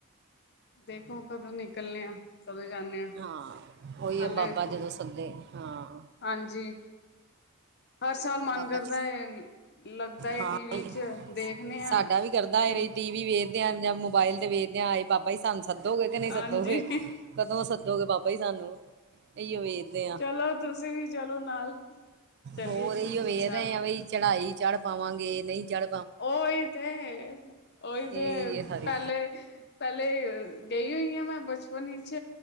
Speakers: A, on the left; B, on the right.
A: ਦੇਖੋ ਕਦੋਂ ਨਿਕਲਣੇ ਆ। ਕਦੋਂ ਜਾਂਦੇ
B: ਹਾਂ। ਉਹੀ
A: ਹਾਲੇ
B: ਬਾਬਾ ਜਦੋਂ ਸੱਦੇ। ਹਾਂ।
A: ਹਾਂਜੀ ਹਰ ਸਾਲ ਮਨ
B: ਬਾਬਾ
A: ਕਰਦਾ
B: ਜੀ,
A: ਹੈ ਲੱਗਦਾ ਹੈ
B: ਹਾਂ।
A: ਟੀ ਵੀ
B: ਉਹੀ
A: ਚ ਦੇਖਣੇ ਆ
B: ਸਾਡਾ ਵੀ ਕਰਦਾ
A: ਤੇ
B: ਵੈ ਟੀ ਵੀ ਵੇਖਦੇ ਹਾ ਜਾਂ ਮੋਬਾਇਲ ਤੇ ਵੇਖਦੇ ਆਏ ਬਾਬਾ ਜੀ ਸਾਨੂੰ ਸੱਦੋਗੇ ਕਿ ਨਹੀਂ
A: ਹਾਂਜੀ
B: ਸੱਦੋਗੇ, ਕਦੋਂ ਸੱਦੋਗੇ ਬਾਬਾ ਜੀ ਸਾਨੂੰ। ਇਹੀਓ ਵੇਖਦੇ ਹਾਂ।
A: ਚਲੋ ਤੁਸੀਂ ਵੀ ਚਲੋ ਨਾਲ। ਚਲੀਏ
B: ਹੋਰ ਇਹੀ
A: ਹੇਮਕੁੰਟ
B: ਵੇਰ
A: ਸਾਹਿਬ
B: ਰਹੇ ਆ ਬਈ ਚੜਾਈ ਚੜ੍ਹ ਪਾਵਾਂਗੇ ਨਹੀਂ ਚੜ
A: ਉਹੀ ਹੀ ਤੇ, ਉਹੀ
B: ਇਹ
A: ਤੇ
B: ਹੀ ਹੈ ਸਾਰੀ
A: ਪਹਿਲੇ ਪਹਿਲੇ, ਗਈ ਹੋਈ ਹਾਂ ਮੈਂ ਬਚਪਨ ਵਿੱਚ।